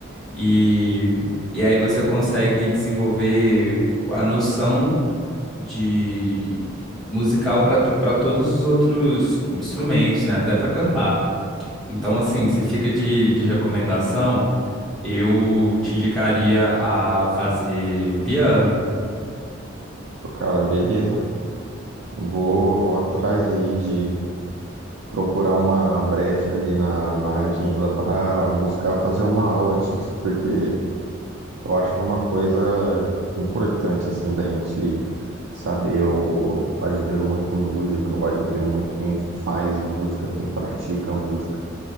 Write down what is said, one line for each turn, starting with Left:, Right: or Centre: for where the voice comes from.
Centre: E, e aí você consegue desenvolver a noção de musical para para todos os outros instrumentos, né? Até para cantar. Então, assim,
Right: Hum,
Centre: se fica de, de recomendação, eu te indicaria a fazer piano.
Right: Cara, beleza. Vou, vou atrás aí de procurar uma brecha ali na, na agenda para buscar fazer uma aula disso, porque eu acho que é uma coisa importante, assim, da gente saber. Eu, admiro muito música, eu admiro muito quem faz música, quem pratica música.